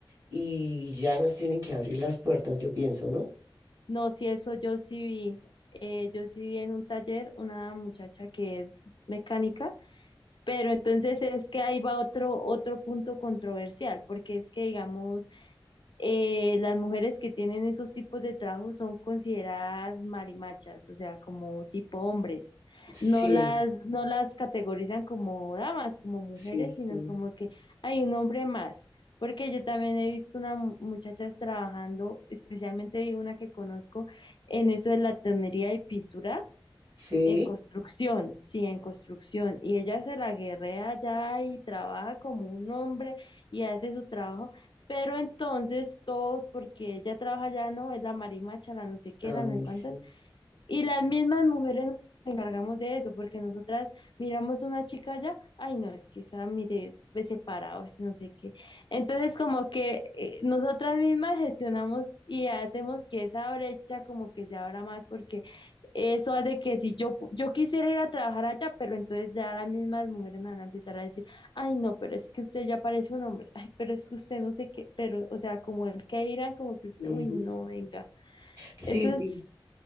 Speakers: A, on the right; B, on the left.
A: y ya nos tienen que abrir las puertas, yo pienso, ¿no?
B: No, si eso yo sí vi. eh, yo sí vi en un taller una muchacha que es mecánica, pero entonces es que ahí va otro, otro punto controversial, porque es que, digamos, eh, las mujeres que tienen esos tipos de trabajos son consideradas marimachas, o sea, como tipo hombres.
A: Sí,
B: No las, no las categorizan como damas, como mujeres,
A: sí, sí.
B: sino como que hay un hombre más. Porque yo también he visto unas muchachas trabajando, especialmente vi una que conozco en eso de la tonería y pintura,
A: Sí,
B: en construcción, sí, en construcción. Y ella se la guerrea allá y trabaja como un hombre y hace su trabajo. Pero entonces todos, porque ella trabaja allá, no, es la marimacha, la no sé qué,
A: ay,
B: la no sé cuánto,
A: sí.
B: y las mismas mujeres nos encargamos de eso, porque nosotras miramos una chica allá ay no, es que esa mire, ve separado, es no sé qué. Entonces como que eh, nosotras mismas gestionamos y hacemos que esa brecha como que se abra más, porque eso hace que si yo, pu- yo quisiera ir a trabajar allá, pero entonces ya las mismas mujeres me van a empezar a decir, ay no, pero es que usted ya parece un hombre, ay, pero es que usted no sé qué, pero, o sea, como el que irán, como que usted,
A: ujú.
B: uy no, venga.
A: Sí,
B: Eso es,
A: sí,